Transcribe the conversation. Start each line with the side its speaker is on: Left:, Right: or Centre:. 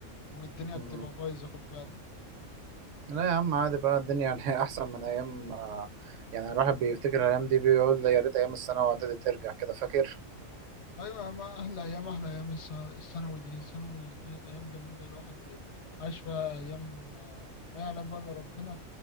Left: والدنيا
Right: مم.
Left: بتبقى بايظة خد بالك
Right: لا يا عم عادي بقى الدنيا يعني <laughs> احسن من ايام آه، يعني الواحد بيفتكر الايام دي بيقول يا ريت ايام الثانوي واعدادي ترجع كده فاكر
Left: ايوه يا ما احلى ايام احلى ايام الس- الثانوي دي الثانوي كانت ايام جميلة الواحد بي- عاش فيها ايام آه، ما يعلم بقى الا ربنا